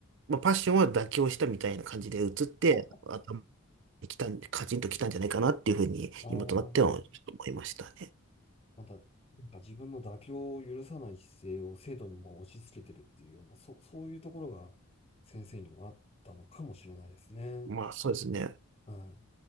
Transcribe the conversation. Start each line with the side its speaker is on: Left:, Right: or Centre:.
Right: まあ、パッションは妥協したみたいな感じで移って、
Left: <laughs>
Right: 頭に来たん、カチンと来たんじゃないかなっていうふうに、
Left: ああ
Right: 今となってはちょっと思いましたね。
Left: また、なんか自分の妥協を許さない姿勢を生徒にも押し付けてるっていうような、そ、そういうところが先生にもあったのかもしれないですね。
Right: まあ、そうですね。
Left: はい。